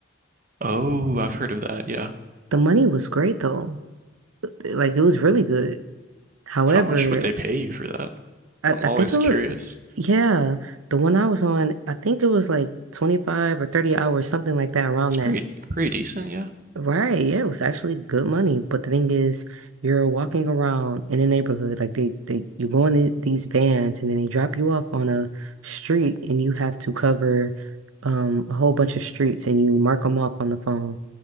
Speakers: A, on the right; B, on the right.
A: Oh, I've heard of that. Yeah.
B: The money was great though. Like it was really good. However,
A: How much would they pay you for that?
B: I,
A: I'm always
B: I think it
A: curious.
B: was, yeah, the one I was on, I think it was like 25 or 30 hours, something like that, around
A: It's
B: that.
A: pretty pretty decent, yeah.
B: Right, yeah, it was actually good money, but the thing is, you're walking around in the neighborhood, like they, they, you go in the- these vans, and then they drop you off on a street, and you have to cover, um, a whole bunch of streets, and you mark them off on the phone.